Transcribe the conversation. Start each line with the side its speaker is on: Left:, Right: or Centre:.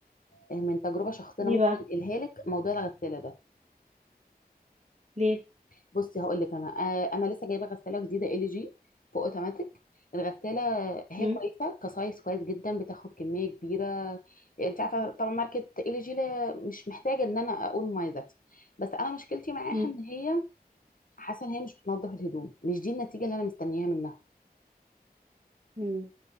Left: من تجربه شخصيه
Right: ليه
Left: انا ممكن
Right: بقى
Left: انقلها لك موضوع الغساله ده
Right: ليه
Left: بصي هقول لك انا آه، انا لسه جايبه غساله جديده ال جي فوق اوتوماتيك الغساله هي
Right: مم؟
Left: كويسه كسايز كويس جدا بتاخد كميه كبيره انت عارفه طبعا ماركه ال جي لا مش محتاجه ان انا اقول مميزاتها بس انا مشكلتي معاها
Right: مم؟
Left: ان هي حاسه ان هي مش بتنظف الهدوم مش دي النتيجه اللي انا مستنياها منها
Right: مم.